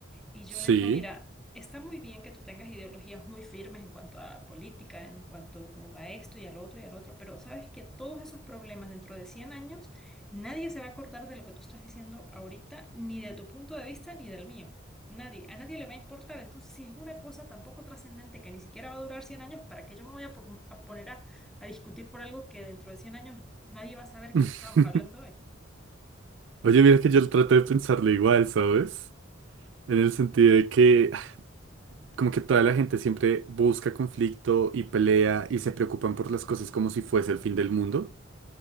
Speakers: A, in the centre; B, on the right (about 70°).
A: y yo
B: sí.
A: le digo, mira, está muy bien que tú tengas ideologías muy firmes en cuanto a política, en cuanto a esto y al otro y al otro, pero sabes que todos esos problemas dentro de 100 años, nadie se va a acordar de lo que tú estás diciendo ahorita, ni de tu punto de vista, ni del mío. Nadie, a nadie le va a importar. Entonces, si es una cosa tan poco trascendente que ni siquiera va a durar 100 años, ¿para qué yo me voy a, pon- a poner a, a discutir por algo que dentro de 100 años nadie va a saber que
B: <laughs>
A: lo estábamos hablando hoy?
B: Oye, mira que yo trato de pensarlo igual, ¿sabes? En el sentido de que ay, como que toda la gente siempre busca conflicto y pelea y se preocupan por las cosas como si fuese el fin del mundo.